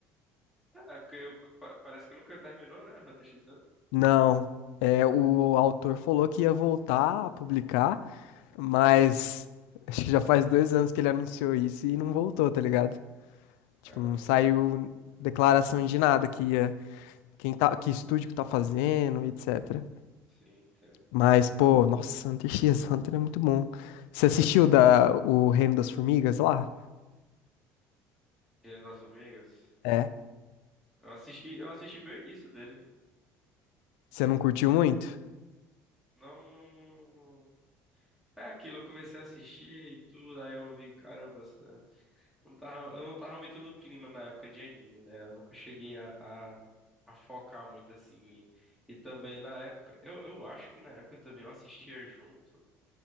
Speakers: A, in the centre; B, on the left (about 80°).
A: É, porque eu- pa- parece que nunca terminou, né? Hunter x Hunter.
B: Não. É, o autor falou que ia voltar a publicar, mas acho que já faz dois anos que ele anunciou isso e não voltou, tá ligado? Tipo,
A: Caramba,
B: não saiu declaração de nada que ia, quem tá, que estúdio que tá fazendo, etc.
A: sim, entendo.
B: Mas, pô, nossa, Hunter x Hunter é muito bom. Você assistiu da, o Reino das Formigas lá?
A: Reino das Formigas?
B: É.
A: Eu assisti, eu assisti bem o início dele.
B: Você não curtiu muito?
A: Não, não, não, não. É aquilo, eu comecei a assistir e tudo, aí eu vi, caramba, essa- eu não tava, eu não tava muito no clima na época de anime, né? Eu nunca cheguei a, a, a focar muito assim. E também na época, eu, eu acho que na época também eu assistia junto.